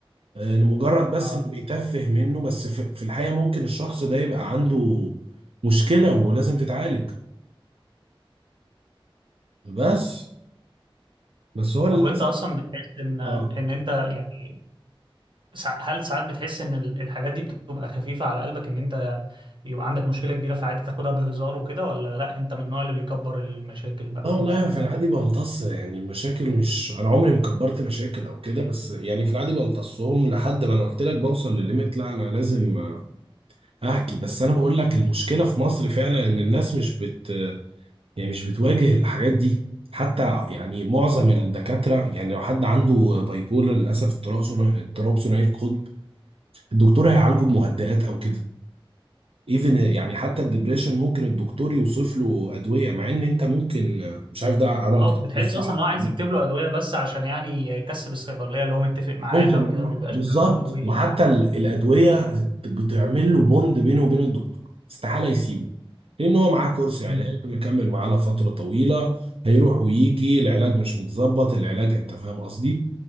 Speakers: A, on the right; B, on the right.
A: آه، لمجرد بس
B: اه
A: انه بيتفه منه بس في في الحقيقة ممكن الشخص ده يبقى عنده مشكلة ولازم تتعالج بس بس هو للأسف
B: طب وانت اصلا بتحس ان
A: اه
B: ان انت يعني سع- هل ساعات بتحس ان ال- الحاجات دي بتبقى خفيفة على قلبك ان انت يبقى عندك مشكلة كبيرة فعادي تاخدها بهزار وكده ولا لا انت من النوع اللي بيكبر المشاكل بقى
A: لا
B: في
A: والله
B: مخه وكده
A: في العادي بمتص يعني المشاكل مش انا عمري ما كبرت مشاكل او كده بس يعني في العادي بمتصهم لحد ما انا قلت لك بوصل لليميت لا انا لازم احكي بس انا بقول لك المشكله في مصر فعلا ان الناس مش بت يعني مش بتواجه الحاجات دي حتى يعني معظم الدكاتره يعني لو حد عنده بايبولر للاسف اضطراب ثنائي اضطراب ثنائي القطب الدكتور هيعالجه بمهدئات او كده ايفن يعني حتى الدبريشن ممكن الدكتور يوصف له ادويه مع ان انت ممكن مش عارف ده عدم
B: اه
A: تشخيص
B: بتحسش
A: صح
B: اصلا ان هو عايز يكتب له ادويه بس عشان يعني يكسب الصيدليه اللي هو متفق معاها
A: ممكن
B: وكده
A: اه
B: ما بيبقاش
A: بالظبط
B: فاهمه قوي
A: وحتى ال- الادويه بتعمل له بوند بينه وبين الدكتور استحاله يسيبه لان هو معاه كورس علاج
B: أمم.
A: مكمل معاه لفتره طويله هيروح ويجي العلاج مش متظبط العلاج انت فاهم قصدي